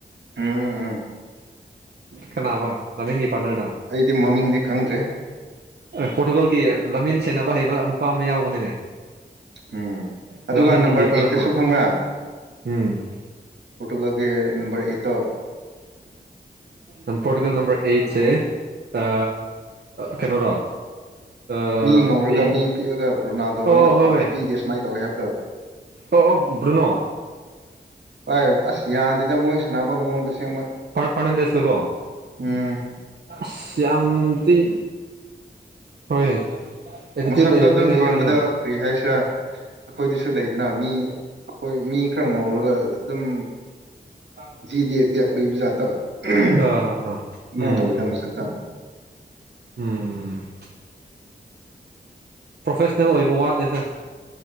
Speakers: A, on the right (about 80°); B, on the right (about 60°).
A: ꯎꯝ ꯎꯝ ꯎꯝ꯫
B: ꯀꯅꯥꯕ ꯂꯥꯃꯤꯟꯒꯤ ꯄꯥꯔꯠꯅꯔꯗꯣ꯫
A: ꯑꯩꯗꯤ ꯃꯃꯤꯡꯗꯤ ꯈꯪꯗ꯭ꯔꯦ
B: ꯑꯥ ꯄꯣꯔꯇꯨꯒꯜꯒꯤ ꯂꯝꯃꯤꯟ ꯁꯦꯟꯅꯕ ꯍꯩꯕ ꯅꯨꯄꯥ ꯑꯃꯥ ꯌꯥꯎꯕꯅꯤꯅꯦ
A: ꯎꯝ
B: ꯂꯥꯃꯤꯟꯒꯤ
A: ꯑꯗꯨꯒ ꯅꯝꯕꯔ
B: ꯀꯤꯄꯔ
A: ꯑꯩꯠꯇꯁꯨ
B: ꯑꯃ
A: ꯈꯪꯕ꯭ꯔꯥ
B: ꯎꯝ
A: ꯄꯣꯇꯨꯒꯜꯒꯤ ꯅꯝꯕꯔ ꯑꯦꯠꯇꯣ
B: ꯎꯝ ꯄꯣꯔꯇꯨꯒꯜ ꯅꯝꯕꯔ ꯑꯩꯠꯁꯦ ꯑ ꯀꯩꯅꯣꯔꯣ ꯑ,
A: ꯃꯤ ꯉꯧꯔꯒ
B: ꯑꯩꯠ
A: ꯃꯤ ꯄꯤꯛꯑꯒ ꯔꯣꯅꯥꯜꯗꯣꯉꯣꯟꯗ
B: ꯑꯣ ꯑꯣ, ꯍꯣꯏ
A: ꯄꯥꯁ
B: ꯍꯣꯏ
A: ꯄꯤꯗꯦ ꯁꯨꯃꯥꯏ ꯇꯧꯋꯦ ꯍꯥꯏꯕꯗꯣ
B: ꯑꯣ ꯑꯣ ꯕꯥꯔꯅꯣ
A: ꯥꯑꯏ ꯑꯁ ꯌꯥꯗꯦꯗ ꯃꯣꯏ ꯁꯥꯟꯅꯕ ꯃꯑꯣꯡꯗꯣ ꯑꯁꯦꯡꯕ
B: ꯐꯔ ꯐꯔꯅꯥꯟꯗꯦꯁꯇꯣ ꯀꯣ
A: ꯎꯝ
B: ꯑꯁ ꯌꯥꯝꯗꯤ ꯍꯣꯏ ꯑꯦꯇꯤꯇ꯭ꯌꯨꯠ
A: ꯃꯁꯛꯇꯣ
B: ꯂꯩꯕꯅꯤꯅꯦ
A: ꯑꯗꯨꯝ
B: ꯃꯥꯁꯨ
A: ꯌꯦꯡꯕꯗ ꯀꯔꯤ ꯍꯥꯏꯁꯤꯔꯥ ꯑꯈꯣꯏꯗꯤꯁꯨ ꯂꯩꯗꯅ ꯃꯤ ꯑꯈꯣꯏ ꯃꯤ ꯈꯔ ꯉꯧꯔꯒ ꯑꯗꯨꯝ
B: <inaudible>
A: ꯄꯤꯗꯛ ꯗꯌꯥꯛ ꯂꯩꯕ ꯖꯥꯠꯇꯣ ꯑꯗꯨꯃꯥꯏꯅ
B: ꯑꯥ ꯍꯥ ꯍꯥ ꯎꯝ
A: ꯇꯧꯋꯤꯗ ꯃꯁꯛꯇ
B: ꯎꯝ ꯄ꯭ꯔꯣꯐꯦꯁꯅꯦꯜ ꯑꯣꯏꯕ ꯋꯥꯂꯤꯗ